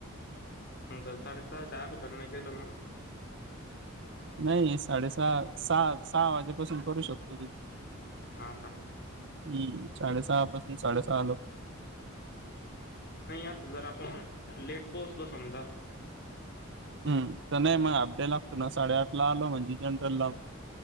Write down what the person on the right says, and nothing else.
नाही साडेसहा सहा सहा वाजेपासून करू शकतो की.
हम्म साडेसहा पासून साडेसहा लोक.
हम कनि हाफ डे लागतो ना साडेआठला आलो म्हणजे. जनरल ला.